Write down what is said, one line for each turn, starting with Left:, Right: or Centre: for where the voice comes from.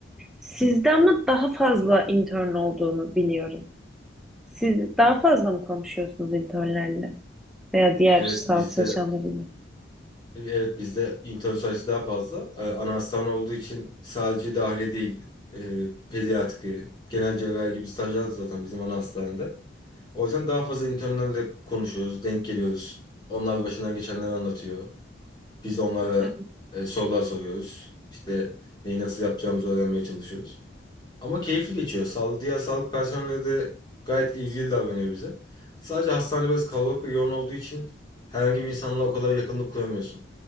Centre: Sizde ama daha fazla intern olduğunu biliyorum. Siz daha fazla mı konuşuyorsunuz internlerle veya diğer
Left: Evet
Centre: sağlık
Left: bizde
Centre: çalışanlarıyla?
Left: Evet bizde intern sayısı daha fazla. Ee, Ana hastane olduğu için sadece dahiliye değil e, pediatriye, genel cerrahi gibi stajlar da zaten bizim ana hastanede. O yüzden daha fazla internlerle konuşuyoruz, denk geliyoruz. Onlar başından geçenleri anlatıyor. Biz onlara
Centre: Evet,
Left: e, sorular soruyoruz. İşte neyi nasıl yapacağımızı öğrenmeye çalışıyoruz. Ama keyifli geçiyor. Sağ, diğer sağlık personeli de gayet ilgili davranıyor bize. Sadece hastane biraz kalabalık ve yoğun olduğu için herhangi bir insanla o kadar yakınlık kuramıyorsun.